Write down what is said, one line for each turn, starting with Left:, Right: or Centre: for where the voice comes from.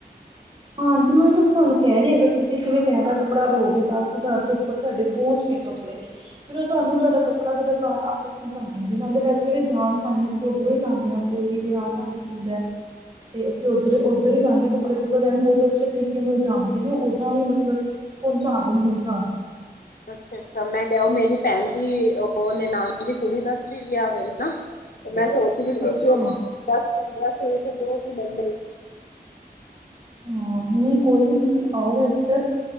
Right: ਹਾਂਜੀ ਮੈਂ ਓਹੀ ਗੱਲ ਤਾਂ ਤੁਹਾਨੂੰ ਕਹਿ ਰਹੀ ਆਂ, ਅਗਰ ਤੁਸੀਂ ਜਿਵੇਂ ਜ਼ਿਆਦਾ ਕੱਪੜਾ ਲਓਗੇ ਦਸ ਹਜ਼ਾਰ ਤੋਂ ਉੱਪਰ ਤੁਹਾਡੇ ਪਹੁੰਚ ਦੇ ਨੇਂ ਕੱਪੜੇ, ਫੇਰ ਉਹ ਤੁਹਾਨੂੰ ਤੁਹਾਡਾ ਕੱਪੜਾ ਤੁਹਾਡਾ ਘਰ ਆਪੇ ਪਹੁੰਚਾ ਦੇਣਗੇ ਨਾਲੇ ਵੈਸੇ ਵੀ ਜਾਨ ਖਾਨੇ ਅਸੀਂ ਓਧਰੋਂ ਈ ਜਾਂਨੇ ਆਂ ਕੋਈ ਵੀ ਵਿਆਹ ਢੰਗ ਹੁੰਦਾ, ਤੇ ਅਸੀਂ ਉੱਧਰੋਂ ਈ ਉੱਧਰ ਈ ਜਾਂਨੇ ਆਂ ਕੱਪੜੇ ਕੁਪੜੇ ਰਹਿਣ ਬਹੁਤ ਅੱਛੇ ਤਰੀਕੇ ਨਾਲ ਜਾਣਦੇ ਨੇਂ ਓਦਾਂ ਵੀ, ਮਤਲਬ ਪਹੁੰਚਾ ਦਿੰਦੇ ਨੇਂ ਘਰ।
Left: ਅੱਛਾ ਅੱਛਾ ਮੈਂ ਕਿਹਾ ਉਹ ਮੇਰੀ ਭੈਣ ਦੀ ਉਹ ਨਨਾਨ ਦੀ ਕੁੜੀ ਦਾ ਵੀ ਵਿਆਹ ਵੇਲੇ ਨਾਂ, ਮੈਂ ਸੋਚਦੀ ਸੀ
Right: ਅੱਛਾ
Left: ਕਿ ਉਹ ਮੈਂ,
Right: ਹਾਂ
Left: ਬੱਸ ਪੰਦਰਾਂ ਸੌ ਤੋਂ ਦੋ ਦਿਨ ਲਈ।
Right: ਹਾਂ ਨਈਂ ਕੋਈ ਨੀਂ ਤੁਸੀਂ ਆਓ ਏਧਰ